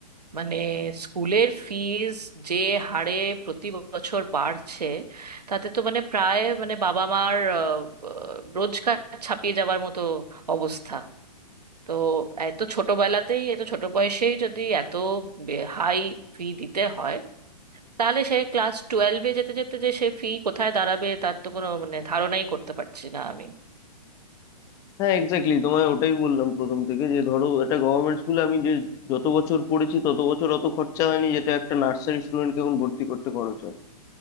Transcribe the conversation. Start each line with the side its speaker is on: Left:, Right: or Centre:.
Right: মানে স্কুলের ফিজ যে হারে প্রতি বছর বাড়ছে তাতে তো মানে প্রায় মানে বাবা মার আহ, আহ, রোজগার ছাপিয়ে যাবার মতো অবস্থা তো এত ছোটবেলাতেই এত ছোট বয়সেই যদি এত হাই ফি দিতে হয় তাহলে সে ক্লাস টুয়েলভে যেতে যেতে যে সে ফি কোথায় দাঁড়াবে তার তো কোনো মানে ধারণাই করতে পারছি না আমি
Left: হ্যাঁ এক্স্যাক্টলি তোমায় ওটাই বললাম প্রথম থেকে যে ধরো একটা গভর্নমেন্ট স্কুলে আমি যে যত বছর পড়েছি তত বছর অত খরচা হয়নি যেটা একটা নার্সারি স্টুডেন্টকে এখন ভর্তি করতে খরচ হয়